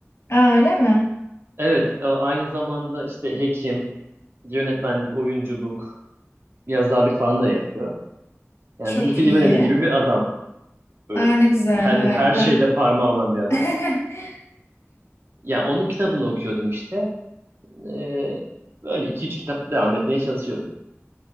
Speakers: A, on the left (about 60°); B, on the right (about 50°).
A: Aa, öyle mi?
B: Evet, e, aynı zamanda işte hekim, yönetmenlik, oyunculuk, yazarlık falan da yapıyor. Yani
A: Çok
B: Zülfü
A: iyi.
B: Livaneli gibi bir adam. Böyle
A: Aa, ne
B: bir,
A: güzel,
B: her,
A: harika.
B: her şeyde parmağı olan bir adam.
A: <laughs>
B: Ya onun kitabını okuyordum işte. Ee, böyle 2-3 kitap devam etmeye çalışıyorum.